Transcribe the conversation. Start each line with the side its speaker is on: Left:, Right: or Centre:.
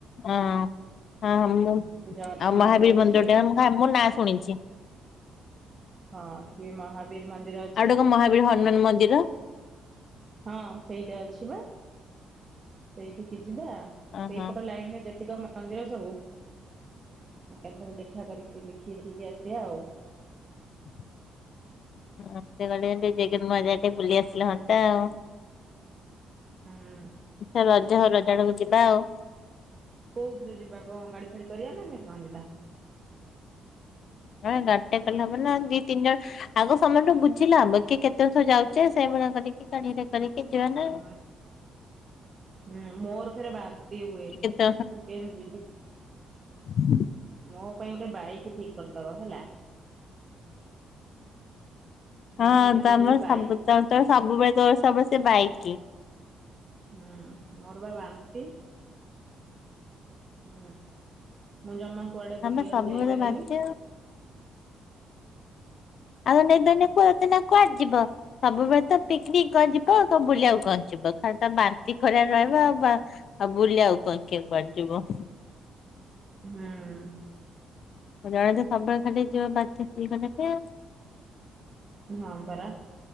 Left: ହଁ ହଁ ହ ମୁଁ
Right: ସେଠି ଜଗନ୍ନାଥ
Left: ଆଉ ମହାବୀର
Right: ଅଛି
Left: ମନ୍ଦିର ଟେ ମୁ ମୋ ନାଁ ଶୁଣିଛି।
Right: ହଁ ଶ୍ରୀ ମହା ବି ମନ୍ଦିର ଅ
Left: ଆଉ ଗୋଟେ କଣ ମହାବୀର ହନୁମାନ ମନ୍ଦିର?
Right: ହଁ ସେଇଟା ଅଛି ବା ସେଇଠିକି ଯିବା ସେଇପଟ
Left: ଓହୋ
Right: ଲାଇନ ରେ ଯେତିକ ମନ୍ଦିର ସବୁ ଆ କେତେଥରେ ଦେଖା କରିକି ଦେଖି ଦେଖିକି ଆସିବା ଆଉ।
Left: <unintelligible> ମଝିରେ ଟେ ବୁଲି ଆସିଲା ହନ୍ତା ଆଉ।
Right: ହୁଁ।
Left: ଏ ରଜ ହଉ ରଜା ଆଡାକୁ ଯିବା ଆଉ।
Right: କୋଉଥିରେ ଯିବା କଣ ଗାଡି ଫାଡି କରିବା ନା କେମିତି କଣ ଯିବା?
Left: ହଁ ଗାଡ଼ିଟିଏ କଲେ ହବ ନାଁ ଦି ତିନି ଜଣ ଆଗ ସମସ୍ତଠୁ ବୁଝିଲେ ହବ କିଏ କେତେ ବର୍ଷ ଯାଉଛେ ସେଇଭଳିଆ କରିକି କରିିକି ଯିବା ନାଇଁ
Right: ହୁଁ ହୁଁ ମୋର ଫେରେ ବାନ୍ତି ହୁଏ
Left: କିଏ
Right: ମୁଁ
Left: କେତେ
Right: କେମତି ଯିବି?
Left: ହୁଁ।
Right: ମୋ ପାଇଁ ଗୋଟେ ବାଇକ୍ ଠିକ କରିଦବ ହେଲା? ମୁଁ
Left: ହଁ
Right: ଯଦି
Left: ତମର
Right: ଯିବି
Left: ସବୁ
Right: ବାଇକ୍
Left: ତ ତୋ ସବୁବେଳେ ତୋର ସବୁଳେ ସେ ବାଇକ କି
Right: ହୁଁ ମୋର ବା ବାନ୍ତି। ହୁଁ ମୁଁ ଜମା କୁଆଡେ
Left: ଆମେ
Right: ବୁଲିବାକୁ
Left: ସବୁବେଳେ
Right: ଯାଇପାରେନି।
Left: ବାଧ୍ୟ ଆଉଦ କୁହ ନା କୁଆଡେ ଯିବ ସବୁବେଳେ ତ ପିକନିକ କ ଯିବ କ କଣ ବୁଲିବାକୁ କହି ଯିବ ଖା ତା ବାନ୍ତି ଖରିଆ ରହିବ ଵା ଆଉ ଆଉ ବୁଲି ଆଉ କଣ କିଏ ଯିବ।
Right: ହୁଁ।
Left: ଜଣେ ତ ସବଳ ଖାଲି ଯିବ ବା <unintelligible>
Right: ହଁ ପରା।